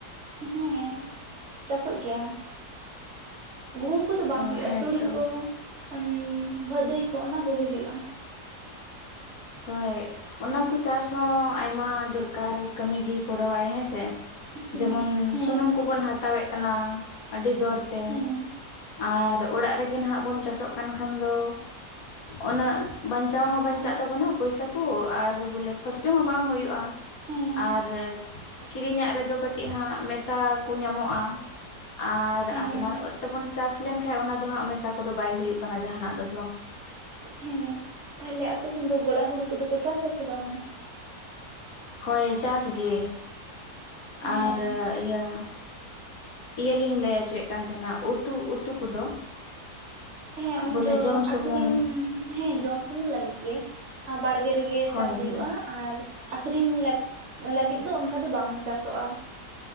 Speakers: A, on the right; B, on the left.
A: ᱦᱮᱸ ᱪᱟᱥᱚᱜ ᱜᱮᱭᱟ ᱜᱩᱦᱩᱢ ᱠᱚᱫᱚ ᱵᱟᱝ
B: ᱚ
A: ᱦᱩᱭᱩᱜᱼᱟ
B: ᱦᱮᱸᱛᱚ
A: ᱛᱩᱲᱤ ᱠᱚ ᱚᱱ ᱵᱟᱫᱩᱭ ᱠᱚ ᱚᱱᱟ ᱠᱚᱜᱮ ᱦᱩᱭᱩᱜᱼᱟ
B: ᱦᱳᱭ ᱚᱱᱟᱠᱚ ᱪᱟᱥ ᱦᱚᱸ ᱟᱭᱢᱟ ᱫᱚᱨᱠᱟᱨ ᱠᱟᱹᱢᱤᱜᱮ ᱯᱩᱨᱟᱹᱣᱟᱭ ᱦᱮᱸᱥᱮ
A: ᱦᱮᱸ
B: ᱡᱮᱢᱚᱱ
A: ᱦᱮᱸ
B: ᱥᱩᱱᱩᱢ ᱠᱚᱵᱚᱱ ᱦᱟᱛᱟᱣᱮᱫ ᱠᱟᱱᱟ ᱟᱹᱰᱤ ᱫᱚᱨ ᱛᱮ
A: ᱦᱮᱸ
B: ᱟᱨ ᱚᱲᱟᱜ ᱨᱮᱜᱮ ᱱᱟᱦᱟᱜ ᱵᱚᱱ ᱪᱟᱥᱚᱜ ᱠᱟᱱ ᱠᱷᱟᱱ ᱫᱚ ᱩᱱᱟᱹᱜ ᱵᱟᱧᱪᱟᱣ ᱦᱚᱸ ᱵᱟᱧᱪᱟᱜ ᱛᱟᱵᱚᱱᱟ ᱯᱚᱭᱥᱟ ᱠᱚ ᱟᱨ ᱵᱚᱞᱮ ᱠᱷᱚᱨᱪᱚ ᱦᱚᱸ ᱵᱟᱝ ᱦᱩᱭᱩᱜᱼᱟ
A: ᱦᱮᱸ
B: ᱟᱨ ᱠᱤᱨᱤᱧᱟᱜ ᱨᱮᱫᱚ ᱠᱟᱹᱴᱤᱡ ᱦᱟᱸᱜ ᱢᱮᱥᱟ ᱠᱚ ᱧᱟᱢᱚᱜᱼᱟ ᱟᱨ
A: ᱦᱮᱸ
B: ᱟᱯᱱᱟᱨ ᱚᱨ ᱛᱮᱵᱚᱱ ᱪᱟᱥ ᱞᱮᱱ ᱠᱷᱟᱱ ᱚᱱᱟ ᱫᱚ ᱦᱟᱜ ᱢᱮᱥᱟ ᱠᱚᱫᱚ ᱵᱟᱭ ᱦᱩᱭᱩᱜ ᱠᱟᱱᱟ ᱡᱟᱦᱟᱱᱟᱜ ᱫᱚ ᱥᱮ ᱵᱟᱝ
A: ᱦᱮᱸ ᱛᱟᱦᱞᱮ ᱟᱯᱮ ᱥᱮᱱ ᱫᱚ ᱜᱚᱲᱟ ᱦᱩᱲᱩ ᱠᱚᱫᱚ ᱠᱚ ᱪᱟᱥ ᱟᱥᱮ ᱵᱟᱝᱟ
B: ᱦᱳᱭ ᱪᱟᱥᱜᱮ
A: ᱦᱮᱸ
B: ᱟᱨ ᱤᱭᱟᱹ ᱤᱭᱟᱹ ᱞᱤᱧ ᱞᱟᱹᱭ ᱚᱪᱚᱭᱮᱫ ᱠᱟᱱ ᱛᱟᱦᱮᱱᱟ ᱩᱛᱩ ᱩᱛᱩ ᱠᱚᱫᱚ
A: ᱦᱮᱸ ᱩᱱ
B: ᱵᱚᱞᱮ
A: ᱫᱚ
B: ᱡᱚᱢ ᱥᱩᱢᱩᱝ
A: ᱟᱠᱷᱨᱤᱧ ᱦᱮᱸ ᱡᱚᱢ ᱥᱩᱢᱩᱝ ᱞᱟᱹᱜᱤᱫ ᱜᱮ ᱵᱟᱲᱜᱮ ᱨᱮᱜᱮ
B: ᱦᱳᱭ
A: ᱪᱟᱥ ᱦᱩᱭᱩᱜᱼᱟ
B: ᱦᱳᱭ
A: ᱟᱨ ᱟᱠᱷᱨᱤᱧ ᱞᱟᱠ ᱞᱟᱹᱜᱤᱫ ᱫᱚ ᱚᱱᱠᱟ ᱫᱚ ᱵᱟᱝ ᱪᱟᱥᱚᱜᱼᱟ